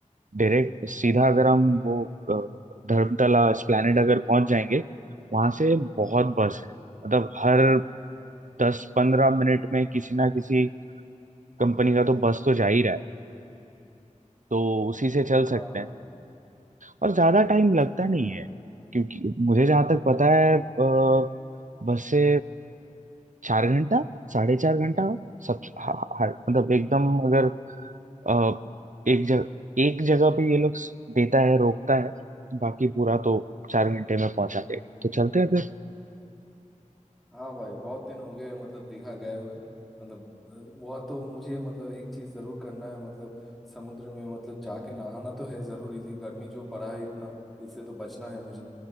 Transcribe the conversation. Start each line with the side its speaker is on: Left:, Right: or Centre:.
Right: डायरेक्ट सीधा अगर हम वो अ, धर्मतला एस्प्लेनेड अगर पहुंच जाएंगे वहां से बहुत बस है मतलब हर दस पंद्रह मिनट में किसी ना किसी कंपनी का तो बस तो जा ही रहा है तो उसी से चल सकते
Centre: हाँ हाँ
Right: हैं
Centre: हाँ।
Right: और ज्यादा टाइम लगता
Centre: ठीक है
Right: नहीं है क्योंकि मुझे जहां तक पता है अ, बस से चार घंटा साढ़े चार घंटा सब हा- हा- मतलब एकदम अगर अ, एक जगह एक जगह पे ये लोग स- देता है रोकता है बाकी पूरा तो चार घंटे में पहुंचा देगा तो चलते हैं फिर।
Centre: हाँ भाई बहुत दिन हो गए मतलब दिखा गए हुए मतलब अ, वह तो मुझे मतलब एक चीज जरूर करना है मतलब समुद्र में मतलब जाके नहाना तो है जरूर इसी गर्मी जो पड़ा है इतना इससे तो बचना है मुझे